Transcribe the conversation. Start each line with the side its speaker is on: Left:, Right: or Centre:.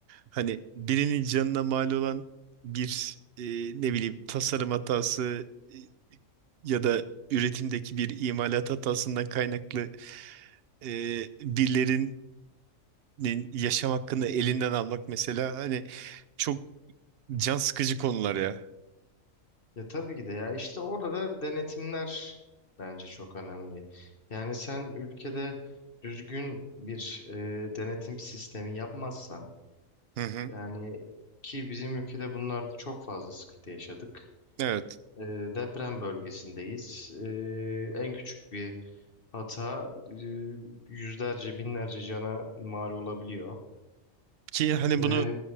Right: hani birinin canına mal olan bir e, ne bileyim tasarım hatası e, ya da üretimdeki bir imalat hatasından kaynaklı e, birilerin ne- yaşam hakkını elinden almak mesela hani çok can sıkıcı konular ya.
Left: Ya tabii ki de ya işte orada da denetimler bence çok önemli. Yani sen ülkede düzgün bir e, denetim sistemi yapmazsan
Right: Hı hı.
Left: yani ki bizim ülkede bunlarda çok fazla sıkıntı yaşadık.
Right: Evet.
Left: E, deprem bölgesindeyiz. E, en küçük bir hata e, yüzlerce binlerce cana mal olabiliyor.
Right: Ki hani
Left: E,
Right: bunu